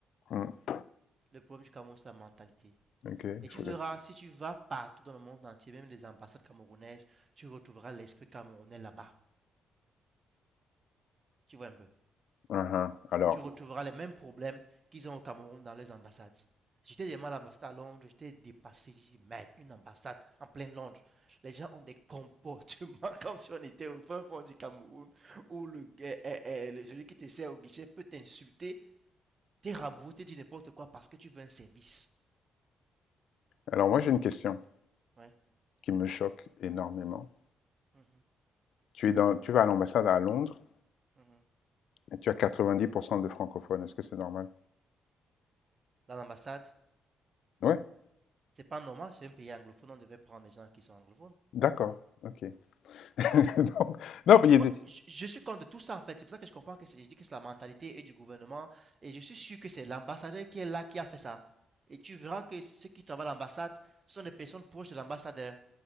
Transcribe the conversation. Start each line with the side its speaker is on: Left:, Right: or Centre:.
Left: Mmh,
Right: Le problème du Cameroun, c'est la mentalité.
Left: OK, il
Right: Et
Left: faut
Right: tu verras,
Left: les
Right: si tu vas partout dans le monde entier, même les ambassades camerounaises, tu retrouveras l'esprit camerounais là-bas. Tu vois un peu.
Left: Mmh Alors
Right: Tu retrouveras les mêmes problèmes qu'ils ont au Cameroun dans les ambassades. J'étais demain à l'ambassade à Londres, j'étais dépassé. J'ai dit, merde, une ambassade en plein Londres. Les gens ont des comportements <laughs> comme si on était au fin fond du Cameroun, où le, eh, eh, le- celui qui te sert au guichet peut t'insulter T'es rabouté, t'es dis n'importe quoi parce que tu veux un service.
Left: alors moi j'ai une question
Right: Ouais.
Left: qui me choque énormément.
Right: Mhm,
Left: Tu es dans tu vas à l'ambassade à Londres
Right: mhm.
Left: et tu as 90 de francophones, est-ce que c'est normal?
Right: Dans l'ambassade,
Left: Ouais,
Right: c'est pas normal, c'est un pays anglophone, on devait prendre des gens qui sont anglophones.
Left: d'accord, OK. <laughs> Donc non,
Right: Et
Left: mais il y a
Right: moi,
Left: des
Right: je, je suis contre tout ça en fait. C'est pour ça que je comprends que c'est, je dis que c'est la mentalité et du gouvernement. Et je suis sûr que c'est l'ambassadeur qui est là qui a fait ça. Et tu verras que ceux qui travaillent à l'ambassade sont des personnes proches de l'ambassadeur.